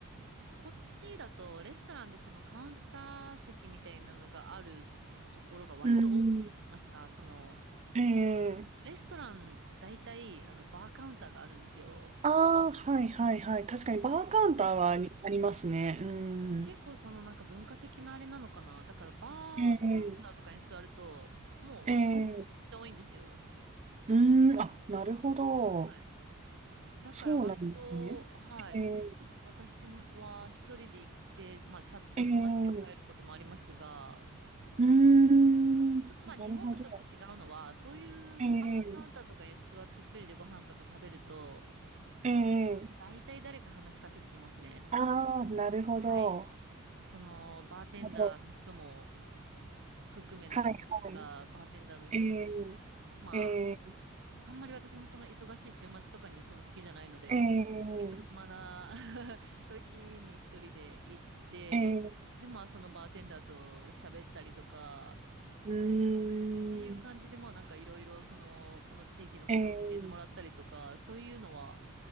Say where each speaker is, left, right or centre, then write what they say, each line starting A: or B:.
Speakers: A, on the right (about 60°); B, on the right (about 30°).
A: こっちだとレストランでそのカウンター席みたいなのがあるところが割と多いますか、
B: うん、
A: その
B: ええ、
A: レストラン大体あのバーカウンターがあるんですよ。
B: ああ、はいはいはい。確かにバーカウンターはありますね。
A: はい。
B: う
A: で結構そのなんか文化的なあれなのかな。
B: ん、
A: だからバーカウンターとかに座るともうお人めっちゃ多いんですよ。
B: ええ、ええ、うーん、あ、なるほど。
A: はい。だから割と、
B: そうなんですね。
A: はい。
B: ええ、
A: 私は一人で行って、まあチャット済まして帰ることもありますが、
B: ええうーん。
A: あと、ちょっとまあ日本とちょっと違うのは、
B: なるほど。
A: そういうバーカウンターとかに座って一人でご飯とか食べると、
B: うんうん。うん。
A: 大体誰か話しかけてきますね。
B: ああ、なるほど。
A: はい。その、バーテンダーの人も
B: なるほど。
A: 含めんですが、
B: はいはい。
A: バーテンダーの人とか、
B: えん
A: ま
B: えん
A: あ、あんまり私もその忙しい週末とかに行くの好きじゃないので、
B: えん
A: 結構暇な <laughs> 時に一人で行って、
B: えん
A: で、まあそのバーテンダーと喋ったりとか、
B: うーん。
A: っていう感じで、まあなんかいろいろその、この地域のことを教えてもらったりとか、
B: えん
A: そういうのは、